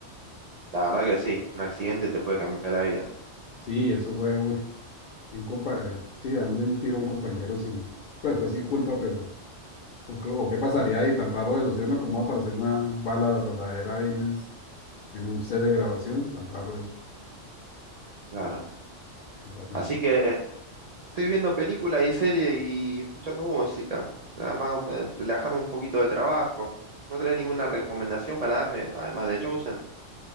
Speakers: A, on the right; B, on the left.
A: La verdad que sí, un accidente te puede cambiar la vida.
B: Sí, eso fue, uy, un compa- eh, sí, darle un tiro a un compañero sin, pues fue sin culpa, pero, o, qué o qué pasaría ahí, tan raro eso, ¿sí o no? ¿Cómo va a aparecer una bala verdadera ahí en, es- en un set de grabación? Tan raro eso,
A: Claro.
B: rarísimo.
A: Así que estoy viendo películas y series y escuchando música. Además, un- eh, relajarme un poquito del trabajo. ¿No tenés ninguna recomendación para darme, además de Chosen?